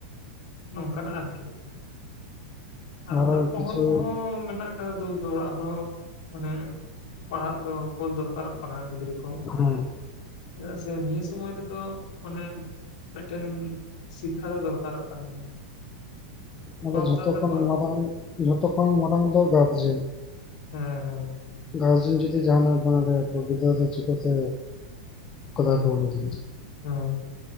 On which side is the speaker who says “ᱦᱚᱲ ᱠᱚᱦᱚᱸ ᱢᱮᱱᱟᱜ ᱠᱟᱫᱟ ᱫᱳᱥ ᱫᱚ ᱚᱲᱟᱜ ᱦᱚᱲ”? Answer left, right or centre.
Left